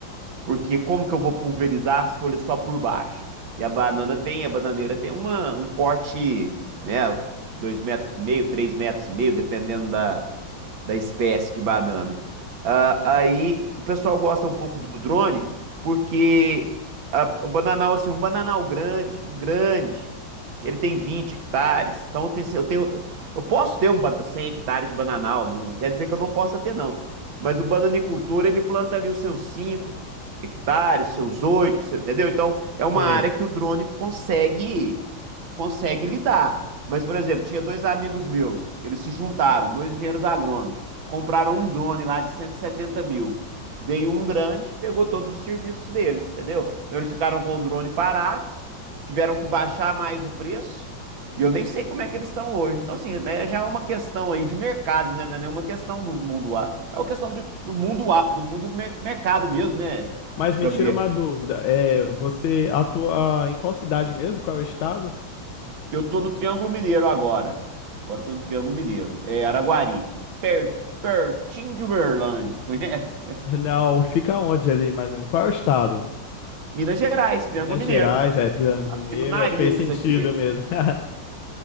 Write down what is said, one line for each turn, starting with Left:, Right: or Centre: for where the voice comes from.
Right: Porque como que eu vou pulverizar as folhas só por baixo? E a banana tem, a bananeira tem uma, um porte, né? dois metros e meio, 3 metros e meio, dependendo da, da espécie de banana. Ah, aí o pessoal gosta um pouco do drone, porque a- o bananal, assim, um bananal grande, um grande, ele tem 20 hectares. Então eu tenho, assim, eu tenho- eu posso ter um ba- 100 hectares de bananal, não quer dizer que eu não possa ter, não. Mas o bananicultor, ele planta ali os seus 5 hectares, seus oito, seu, entendeu? Então, é uma
Left: sim.
Right: área que o drone consegue consegue lidar. Mas, por exemplo, tinha dois amigos meus, eles se juntaram, dois engenheiros agrônomos, compraram um drone lá de 170 mil. Veio um grande, pegou todos os serviços deles, entendeu? Então eles ficaram com o drone parado, tiveram que baixar mais o preço, e eu nem sei como é que eles estão hoje. Então, assim, mas já é uma questão aí de mercado, né? Não é nenhuma questão do mundo A. É uma questão de- do mundo A, do mundo mer- mercado mesmo, né?
Left: Mas
Right: Gabriel,
Left: me tira uma dúvida, é, você atua em qual cidade mesmo? Qual é o estado?
Right: eu tô no Triângulo Mineiro agora. Agora eu tô no Triângulo Mineiro. É Araguari, que per- pertinho de Uberlândia, você conhece?
Left: <laughs> Não, fica onde ali mais ou menos? Qual é o estado?
Right: <laughs> Minas Gerais, Triângulo
Left: Minas
Right: Mineiro.
Left: Gerais, é Triângulo
Right: Aqui
Left: Mineiro,
Right: no nariz
Left: é, fez sentido
Right: aqui.
Left: mesmo. <laughs>